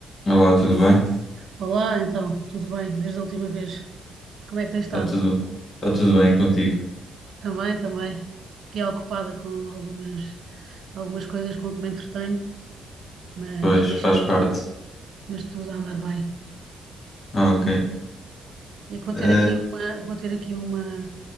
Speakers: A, on the left; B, on the right.
A: Olá, tudo bem?
B: Olá, então, tudo bem? Desde a última vez, como é que tens estado?
A: Está tudo, está tudo bem contigo?
B: Também, também. Fiquei ocupada com algumas, algumas coisas com que me entretenho, mas,
A: Pois,
B: mas sim,
A: faz parte.
B: tudo, mas tudo a andar bem.
A: Ok.
B: É que vou
A: Eh,
B: ter aqui uma, vou ter aqui uma,